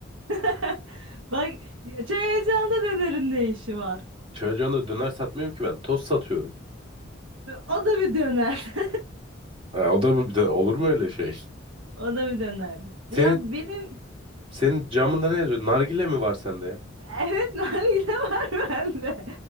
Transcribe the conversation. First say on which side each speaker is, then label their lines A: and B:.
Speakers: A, on the right (about 80°); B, on the right (about 25°).
A: <laughs> Bak çay ocağında dönerin ne işi var?
B: Çocuğuna da döner satmıyorum ki ben, toz satıyorum.
A: O da bir döner. <laughs>
B: Ha, o da bu- de- olur mu öyle şey?
A: O da bir döner.
B: Senin
A: Ya benim
B: senin camında ne yazıyor? Nargile mi var sende ya?
A: Evet <laughs> nargile var bende.